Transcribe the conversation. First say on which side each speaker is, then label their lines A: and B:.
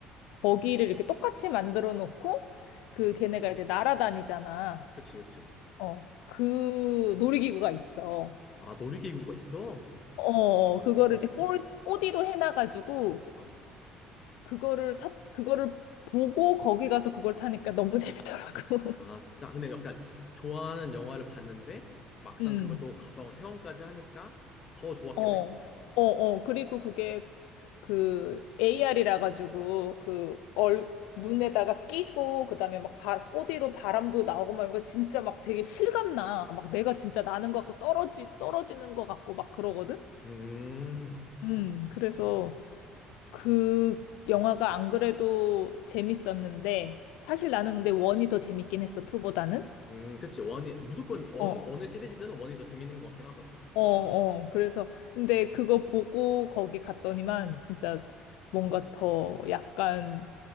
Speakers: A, on the left (about 80°); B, on the left (about 40°).
A: 거기를 이렇게 똑같이 만들어 놓고 그 걔네가 이제 날아다니잖아.
B: 그치, 그치.
A: 어, 그 놀이기구가 있어.
B: 아, 놀이기구가 있어?
A: 어, 어,
B: 오,
A: 어. 그거를
B: 대박이네.
A: 이제 4D로 해놔가지고
B: 어.
A: 그거를 타, 그거를 보고 거기 가서 그걸 타니까 너무 재밌더라고.
B: 아, 진짜? 근데 약간 좋아하는 영화를 봤는데
A: <laughs>
B: 막상
A: 음.
B: 그걸 또 가서 체험까지 하니까 더 좋았겠네,
A: 어, 어,
B: 그러면.
A: 어. 그리고 그게 그 AR이라 가지고 그 얼, 눈에다가 끼고 그다음에 막 바, 4D로 바람도 나오고 막 이런 거 진짜 막 되게 실감나. 막 내가 진짜 나는 것 같고 떨어지, 떨어지는 것 같고 막 그러거든?
B: 음.
A: 음, 그래서 그 영화가 안 그래도 재밌었는데 사실 나는 근데 원이 더 재밌긴 했어, 투보다는.
B: 음, 그치. 원이, 무조건 어느,
A: 어, 어.
B: 어느 시리즈든 원이 더 재밌는 것 같긴 하더라.
A: 어, 어. 그래서, 근데 그거 보고 거기 갔더니만 진짜 뭔가 더 약간